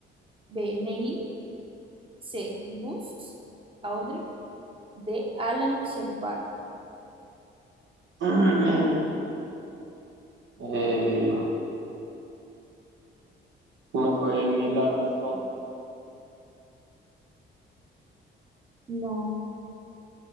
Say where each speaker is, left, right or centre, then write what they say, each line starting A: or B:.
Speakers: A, on the right; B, on the right.
A: B, Neil, C, Buzz, Aldrin, D, Alan Shepard.
B: <clears throat> Eh, no fue Neil Armstrong.
A: No,